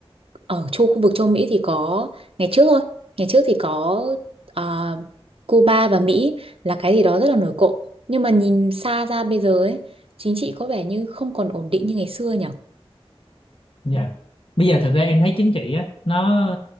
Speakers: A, on the right (about 65°); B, on the left (about 60°).
A: ở châu khu vực châu Mỹ thì có ngày trước thôi ngày trước thì có à, Cuba và Mỹ là cái gì đó rất là nổi cộm nhưng mà nhìn xa ra bây giờ ấy chính trị có vẻ như không còn ổn định như ngày xưa nhỉ
B: Dạ. Bây giờ thực ra em thấy chính trị á nó